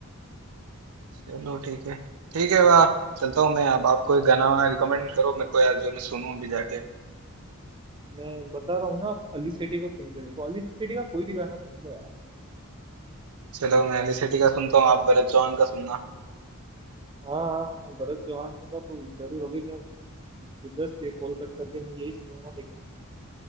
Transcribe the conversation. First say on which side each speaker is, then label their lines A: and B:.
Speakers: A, on the right (about 80°); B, on the right (about 20°).
A: चलो ठीक है ठीक है वाह चलता हूँ मैं अब आप कोई गाना वाना रिकमेंड करो मेरे को यार जो मैं सुनूं अभी जाके
B: मैं बता रहा हूँ ना आप अली सेठी को सुन के देखो अली सेठी का कोई भी गाना सुन लो यार
A: चलो मैं एलिसिटी का सुनता हूँ आप भरत चौहान का सुनना
B: हाँ हाँ हाँ, भरत चौहान का तो जरूर अभी मैं रिक्वेस्ट ये कॉल कट करके मैं यही सुनूंगा देखो